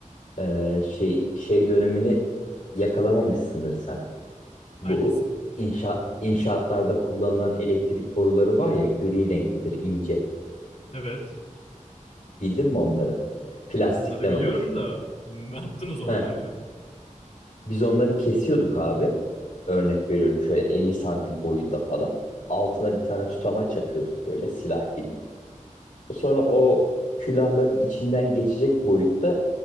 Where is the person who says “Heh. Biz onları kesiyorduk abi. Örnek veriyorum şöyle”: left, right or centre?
Left